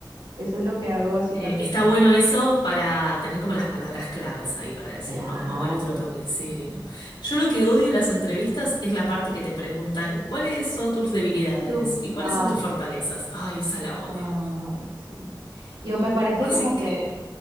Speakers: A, on the right (about 85°); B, on the left (about 75°).
A: eso es lo que hago básicamente.
B: Eh, está bueno eso para tener como las palabras claves ahí para decir,
A: Claro.
B: ¿no? Como, bueno, esto lo tengo que decir y no. Yo lo que odio en las entrevistas es la parte que te preguntan, ¿cuáles son tus debilidades
A: Tú,
B: y cuáles
A: ah,
B: son tus fortalezas? Ay, esa la odio.
A: Ay, sí. Yo me parece
B: Así
A: como que,
B: que...